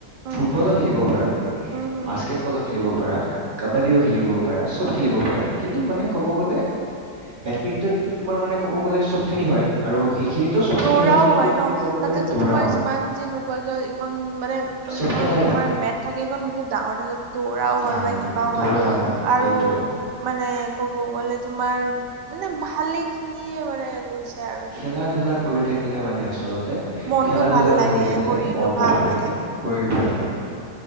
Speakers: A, on the right; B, on the right.
A: উম
B: ফুটবলো খেলিব পাৰা তুমি,
A: হম হম
B: বাস্কেটবলো
A: হম
B: খেলিব পাৰা, কাবাডীও খেলিব পাৰা চব খেলিব পাৰা কিন্তু মানে ক'ব গ'লে বেডমিন্টন তোমাৰ মানে ক'ব গ'লে চব খিনি হয় আৰু সেইখিনিটো চব
A: দৌৰাও
B: খিনি হয় কিন্তু তুমি
A: ন তাতেতো
B: গ'লে দৌৰা
A: তোমাৰ
B: হয়
A: যিমান যি নোকোৱা কিয় এইখন মানে তোমাৰ
B: চব খেলাই
A: জোনখন
B: ভাল
A: মেট থাকে বহুত ডাঙৰ থাকে ত দৌৰাও হয়
B: ডাঙৰ
A: বা কিবাও
B: থাকে দৌৰাও
A: হয় আৰু
B: সেইটোৱে
A: মানে কব গ'লে তোমাৰ মানে ভালে খিনিয়ে মানে লৈছে আৰু
B: খেলা
A: সেইটোয়ে
B: ধূলা
A: মানে
B: কৰি থাকিলে মানে আচলত তে
A: মনটো
B: খেলা-ধূলা
A: ভাল লাগে
B: কৰি থাকিলে
A: শৰীৰটো
B: মনটো ভাল
A: হৈ
B: থাকে, শৰীৰটো ভাল থাকে।
A: উম